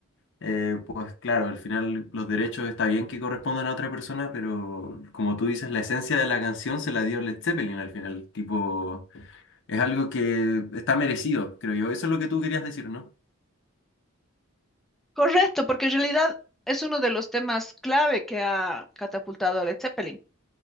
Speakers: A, on the left (about 60°); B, in the centre.
A: eh, pues claro, al final los derechos está bien que correspondan a otra persona, pero como tú dices, la esencia de la canción se la dio Led Zeppelin al final. Tipo, es algo que está merecido, creo yo. Eso es lo que tú querías decir, ¿no?
B: Correcto, porque en realidad es uno de los temas clave que ha catapultado a Led Zeppelin.